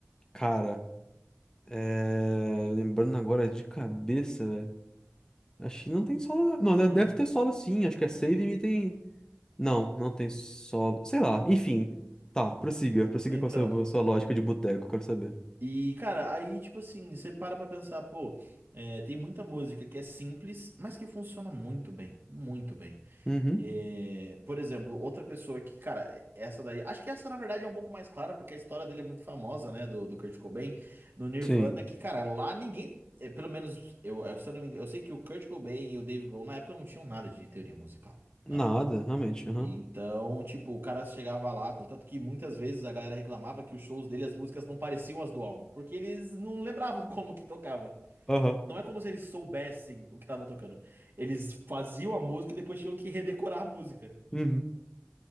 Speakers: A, on the left; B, on the right.
A: Cara, é, lembrando agora de cabeça, velho. A China não tem solo. Não, de-
B: Ah,
A: deve ter solo sim. Acho que a Save Me tem. Não, não tem solo. Sei lá, enfim. Tá, prossiga. Prossiga
B: então.
A: com a sua, sua lógica de boteco, quero saber.
B: E, cara, aí, tipo assim, você para pra pensar, pô, é, tem muita música que é simples, mas que funciona muito bem, muito bem.
A: Uhum.
B: É, por exemplo, outra pessoa que, cara, essa daí, acho que essa na verdade é um pouco mais clara, porque a história dele é muito famosa, né, do, do Kurt Cobain, no Nirvana,
A: Sim.
B: que, cara, lá ninguém, é, pelo menos, eu, eu, se eu não me engano, eu sei que o Kurt Cobain e o Dave Grohl na época não tinham nada de teoria musical,
A: Nada,
B: né?
A: realmente. Aham.
B: E então, tipo, o cara chegava lá, contanto que muitas vezes a galera reclamava que os shows dele, as músicas não pareciam as do álbum, porque eles não lembravam <laughs> como que tocava.
A: Aham.
B: Não é como se eles soubessem o que estavam tocando. Eles faziam a música e depois tinham que redecorar a música.
A: Uhum.